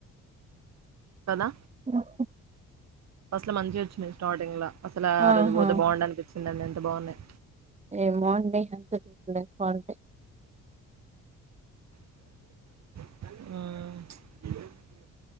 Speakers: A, on the right; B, on the right.
A: కదా
B: ఆఓ హ్మ్ హు
A: అస్సలు మంచి వచ్చినాయి స్టార్టింగ్ లో అసల ఆ
B: ఆహా
A: రోజు పోతే బాగుడానికి ఇచ్చిందండి ఎంత బాగున్నాయి
B: ఏమ్ బాగుంటాయి అంత డూప్లికేట్
A: హ్మ్